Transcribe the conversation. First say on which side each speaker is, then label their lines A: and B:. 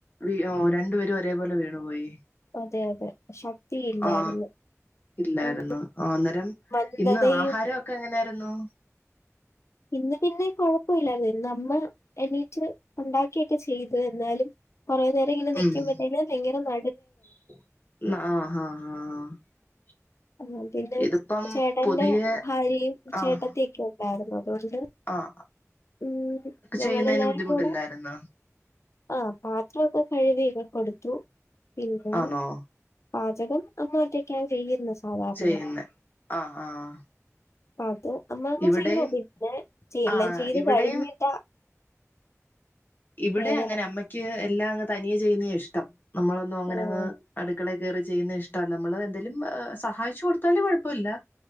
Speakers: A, on the left (about 40°); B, on the left (about 60°).
A: വി ഓ രണ്ടുപേരും ഒരേപോലെ വീണു പോയി
B: അതെ അതെ ശക്തിയില്ലായിരുന്നു
A: ആ ഇല്ലാരു
B: ഉം,
A: ന്നു അന്നേരം
B: മന്ദതയും
A: ഇന്ന് ആഹാരൊക്കെ എങ്ങനെയായിരുന്നു?
B: ഇന്ന് പിന്നെ കൊഴപ്പമില്ലായിരുന്നു. ഇന്ന് അമ്മ എണീറ്റ് ഒണ്ടാക്കിയൊക്കെ ചെയ്തു എന്നാലും കൊറേ നേരം ഇങ്ങനെ നിക്കുമ്പത്തേന്
A: ഉം
B: ഭയങ്കര ന
A: ആഹ് ആഹ് ആഹ്
B: ആഹ് പിന്നെ
A: ഇതിപ്പം
B: ചേട്ടന്റെ
A: പുതിയ
B: ഭാര്യയും
A: ആഹ്
B: ചേട്ടത്തിയെക്കെ ഉണ്ടായിരുന്നു. അതുകൊണ്ട്
A: ആഹ്
B: ഉം ഞങ്ങളെല്ലാരും
A: ചെയ്യുന്നതിന് ബുദ്ധിമുട്ടില്ലായിരുന്നോ
B: കൂടെ ആഹ് പാത്രൊക്കെ കഴുകിയൊക്കെ കൊടുത്തു. പിന്നെ
A: ആന്നോ
B: പാചകം അമ്മ ഒറ്റക്കാണ് ചെയ്യുന്നത്. സാധാരണ
A: ചെയ്യുന്നേ ആഹ് ആഹ്
B: അത് അമ്മ ഒന്നു
A: ഇവിടെയും
B: ചെയ്ത് നോക്കി പിന്നെ എല്ലാം
A: ആഹ്
B: ചെയ്ത്
A: ഇവിടെയും
B: കഴിഞ്ഞിട്ടാ
A: ഇവിടെ
B: വേദന
A: അങ്ങനെ അമ്മയ്ക്ക് എല്ലാം അങ് തനിയെ ചെയ്യുന്നയാ ഇഷ്ടം. നമ്മളൊന്നും അങ്ങനെ
B: ആ
A: അങ്ങ് അടുക്കളെ കേറി ചെയ്യുന്നത് ഇഷ്ടല്ല നമ്മള് എന്തേലും സഹായിച്ചു കൊടുത്താല് കുഴപ്പമില്ല.